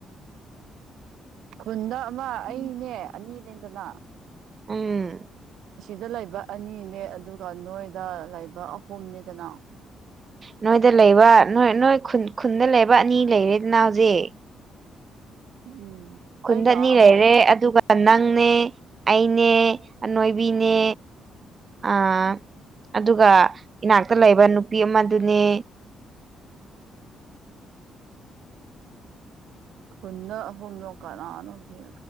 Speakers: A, on the right; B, on the right.
A: ꯈꯨꯟꯗ ꯑꯃ ꯑꯩꯅꯦ
B: ꯎꯝ
A: ꯑꯅꯤ ꯂꯩꯗꯅ
B: ꯎꯝ
A: ꯑꯁꯤꯗ ꯂꯩꯕ ꯑꯅꯤꯅꯦ ꯑꯗꯨꯒ ꯅꯣꯏꯗ ꯂꯩꯕ ꯑꯍꯨꯝꯅꯦꯗꯅ
B: ꯅꯣꯏꯗ ꯂꯩꯕ ꯅꯣꯏ ꯅꯣꯏ ꯈꯨꯟ ꯈꯨꯟꯗ ꯂꯩꯕ ꯑꯅꯤ ꯂꯩꯔꯦꯗꯅꯥ ꯍꯧꯖꯤꯛ
A: ꯎꯝ
B: ꯈꯨꯟꯗ
A: ꯑꯩꯒ
B: ꯑꯅꯤ
A: ꯑꯍꯨꯝ
B: ꯂꯩꯔꯦ ꯑꯗꯨꯒ ꯅꯪꯅꯦ ꯑꯩꯅꯦ ꯑꯅꯣꯏꯕꯤꯅꯦ ꯑ ꯑꯗꯨꯒ ꯏꯅꯥꯛꯇ ꯂꯩꯕ ꯅꯨꯄꯤ ꯑꯃꯗꯨꯅꯦ
A: ꯈꯨꯟꯗ ꯑꯍꯨꯝꯂꯣ ꯀꯅꯥꯅꯣꯒꯦ